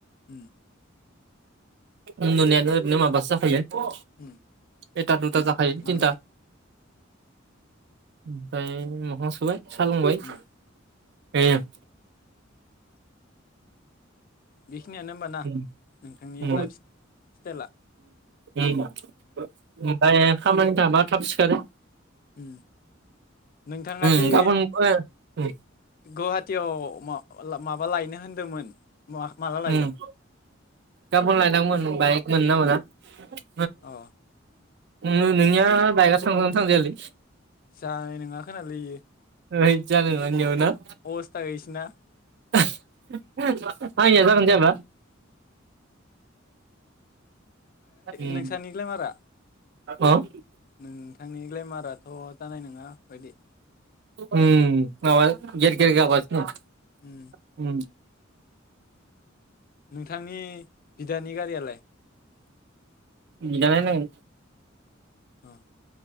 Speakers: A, on the left; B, on the right.
A: उम।
B: उन्दुनायानो ओरैनो माबासो जाखायो।
A: उम
B: एता दुता जाखायो
A: नोङो
B: तिनता। ओमफाय मोखां सुबाय। सा लोंबाय।
A: उम
B: फेयो।
A: बेखिनियानो होमबा ना
B: उम
A: नोंथांनि
B: उम
A: लाइफ स्टाइला?
B: उम उम। ओमफाय खामानि थाबा थाब सिखारो।
A: उम नोंथाङादि
B: उम गाबोन ओ उम
A: गौवाहाट टियाव मा माबा लायनो होनदोंमोन। माला लायगोन
B: उम गाबोन लायनांगोमोन बाइक मोनो ना मोना। <unintelligible>
A: अ
B: नों नोंनिया बाइकआसो थांजागोना थाजायालै?
A: जानाय नङा खोनालैयो इयो।
B: होइ जानाय नङा नोंनियाबो ना?
A: अबस्था गैसिना।
B: आंनिया जागोना जायाबा? उम
A: नोंसानि ग्लेमारा?
B: अ
A: नोंनि ग्लेमाराथ' जानाय नङा बायदि।
B: उम माबा गेेर गेेर गाबगासिनो
A: खस्थ'
B: दं।
A: उम नोंथांनि बिदानि गारियालाय?
B: बिना नायनांगोन।
A: अ।